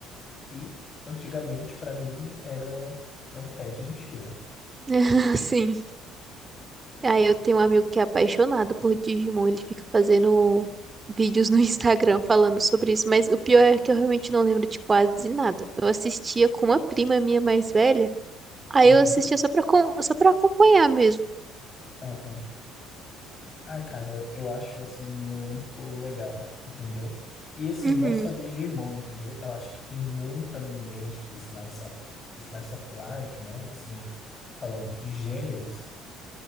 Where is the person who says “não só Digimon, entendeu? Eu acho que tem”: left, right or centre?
Left